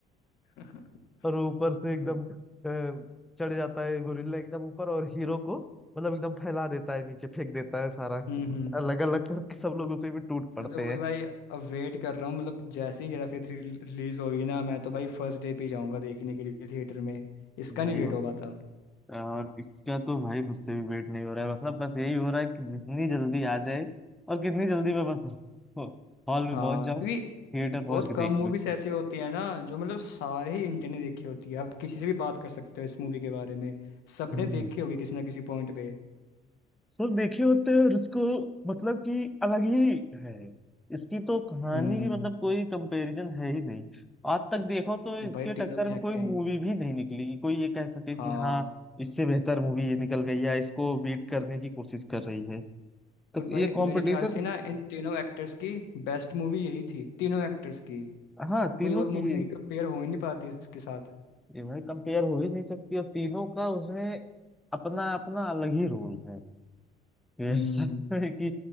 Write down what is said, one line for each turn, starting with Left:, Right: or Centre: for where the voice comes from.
Left: <laughs>
Centre: और वो ऊपर से एकदम
Left: हम्म।
Centre: अ, चढ़ जाता है गोरिल्ला एकदम ऊपर और हीरो को मतलब एकदम फैला देता है नीचे फेंक देता है सारा
Left: हम्म
Centre: अलग अलग करके सब लोग उसे भी टूट पड़ते
Left: मैं तो वही
Centre: हैं
Left: भाई अब वेट कर रहा हूँ मतलब जैसे ही हेरा फेरी थ्री रिलीज होगी ना मैं तो भाई फर्स्ट डे पे ही जाऊंगा देखने के लिए थिएटर में इसका
Centre: भाई
Left: नहीं वेट हो पाता
Centre: और इसका तो भाई मुझसे भी वेट नहीं हो रहा है मतलब बस यही हो रहा है कि जितनी जल्दी आ जाए और कितनी जल्दी मैं बस <laughs> हॉल में
Left: हाँ
Centre: पहुंच जाऊं
Left: क्योंकि
Centre: थिएटर पहुंच
Left: बहुत
Centre: के
Left: कम
Centre: देख
Left: मूवीज ऐसी होती है ना जो मतलब सारे ही इंडियन ने देखी होती है आप किसी से भी बात कर सकते हो इस मूवी के बारे में सबने
Centre: लूं
Left: देखी होगी किसी ना किसी पॉइंट पे
Centre: सर देखे होते हैं और इसको मतलब कि अलग ही है इसकी तो कहानी
Left: हम्म
Centre: की मतलब कोई कंपैरिजन है ही नहीं आज तक देखो तो इसके
Left: भाई
Centre: टक्कर
Left: तीनों की
Centre: में
Left: एक्टिंग
Centre: कोई मूवी भी नहीं निकली कि कोई ये कह सके कि
Left: हाँ
Centre: हाँ इससे बेहतर मूवी ये निकल गई या इसको बीट करने की कोशिश कर रही है तो
Left: और भाई
Centre: ये कंपटीशन
Left: मेरे ख्याल से ना इन तीनों एक्टर्स की बेस्ट मूवी यही थी तीनों एक्टर्स की
Centre: हाँ तीनों
Left: कोई और
Centre: की
Left: मूवी
Centre: ये
Left: से कंपेयर हो ही नहीं पाती इसके साथ
Centre: ये भाई कंपेयर हो ही नहीं सकती और तीनों का उसमें अपना अपना अलग ही रोल है ये
Left: हम्म
Centre: ऐसा <laughs> है कि